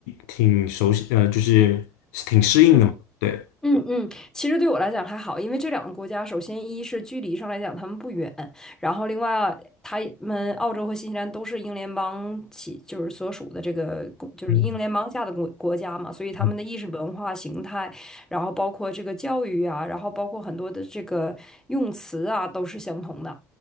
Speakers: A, on the left; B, in the centre.
A: 挺熟悉，呃，就是挺适应的嘛。
B: 嗯。
A: 对，
B: 嗯嗯，其实对我来讲还好，因为这两个国家，首先一是距离上来讲他们不远，然后另外他们澳洲和新西兰都是英联邦起，就是所属的这个公就是英联邦下的国国家嘛，
A: 嗯
B: 所以他们的意识文化形态，
A: 嗯
B: 然后包括这个教育啊，然后包括很多的这个用词啊，都是相同的。